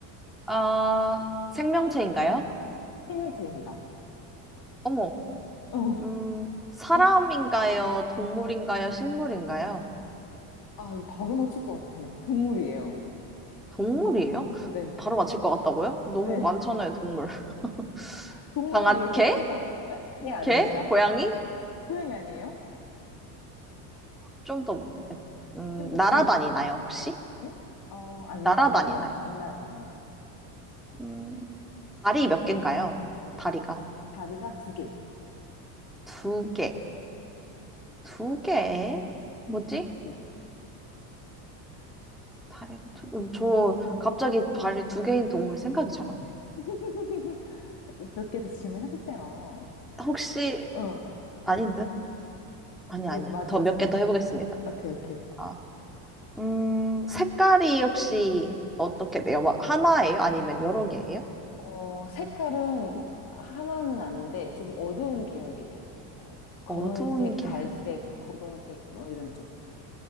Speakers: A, in the centre; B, on the left.
A: 아, 생명체인가요?
B: 생명체입니다.
A: 어머,
B: 어,
A: 음, 사람인가요?
B: 이,
A: 동물인가요? 식물인가요?
B: 아, 이거 바로 맞출 것 같아. 동물이에요.
A: 동물이에요?
B: 네,
A: 바로 맞힐 것 같다고요? 너무
B: 네.
A: 많잖아요, 동물. <laughs>
B: 동물
A: 강아,
B: 한 10개
A: 개?
B: 찍어. 에? 개 아닙니다.
A: 개? 고양이?
B: 고양이 아니에요?
A: 좀더 음,
B: 좀 더
A: 날아다니나요,
B: 질문.
A: 혹시?
B: 응? 어, 아니,
A: 날아다니나요?
B: 안 날아, 안 날아다녀요.
A: 음, 다리 몇 개인가요? 다리가.
B: 다리가 두 개.
A: 두 개. 두 개? 뭐지?
B: 두 개.
A: 다리가 두, 음, 저
B: 응.
A: 갑자기 다리 두 개인 동물 생각이 잘 안 나요.
B: <laughs> 몇 개 더 질문해보세요.
A: 혹시,
B: 어,
A: 아닌 듯? 아니, 아니야.
B: 뭘, 맞,
A: 더
B: 맞춰봐요.
A: 몇 개 더 해보겠습니다.
B: 오케이, 오케이.
A: 아, 음, 색깔이 혹시 어떻게 돼요? 막 하나예요? 아니면 여러 개예요?
B: 어, 색깔은 하나는 아닌데 좀 어두운 계열이에요. 어, 검은색,
A: 어두운 계열.
B: 갈색, 고동색, 뭐 이런 쪽.